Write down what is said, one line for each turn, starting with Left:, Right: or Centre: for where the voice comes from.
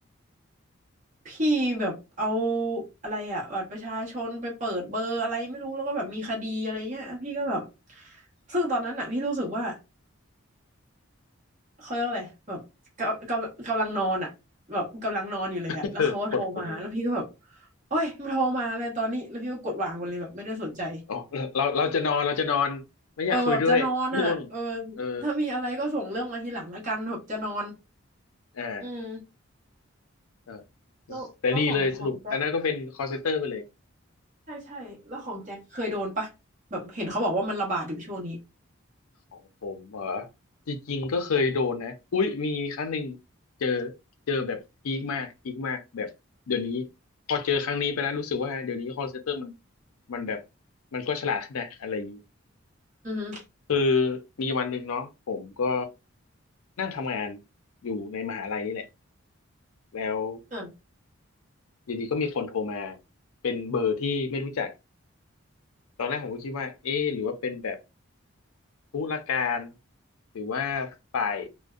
Right: พี่แบบเอาอะไรอะบัตรประชาชนไปเปิดเบอร์อะไรไม่รู้แล้วก็แบบมีคดีอะไรเงี้ยพี่ก็แบบซึ่งตอนนั้นอะพี่รู้สึกว่าเขาเรียกว่าอะไรแบบกำกำกำลังนอนอะแบบกำลังนอนอยู่เลยอะแล้วเขาก็โทรมาแล้วพี่ก็แบบ
Left: <laughs> เออกดกดกด
Right: โอ้ยมันโทรมาอะไรตอนนี้แล้วพี่ก็กดวางไปเลยแบบไม่ได้สนใจ
Left: อ๋อเราเราจะนอนเราจะนอนไม่อยากคุยด้วยง่วง
Right: เออแบบจะนอนอ่ะเออ
Left: เออ
Right: ถ้ามีอะไรก็ส่งเรื่องมาทีหลังแล้วกันแบบจะนอน
Left: อ่า
Right: อืม
Left: เออ
Right: แล้วแล้วของของแจ็ค
Left: แต่ดีเลยสรุปอันนั้นก็เป็นคอลเซเตอร์ไปเลย
Right: ใช่ใช่แล้วของแจ็คเคยโดนปะแบบเห็นเขาบอกว่ามันระบาดอยู่ช่วงนี้
Left: ของผมเหรอจริงๆก็เคยโดนนะอุ้ยมีมีครั้งหนึ่งเจอเจอแบบพีคมากพีคมากแบบเดี๋ยวนี้พอเจอครั้งนี้ไปแล้วรู้สึกว่าเดี๋ยวนี้คอลเซ็นเตอร์มันมันแบบมันก็ฉลาดขึ้นนะอะไรอย่างนี้
Right: อือฮึ
Left: คือมีวันหนึ่งเนาะผมก็นั่งทำงานอยู่ในมหาลัยนี่แหละแล้ว
Right: อ่า
Left: อยู่ดีก็มีคนโทรมาเป็นเบอร์ที่ไม่รู้จักตอนแรกผมก็คิดว่าเอ๊ะหรือว่าเป็นแบบ ธุรการหรือว่าฝ่าย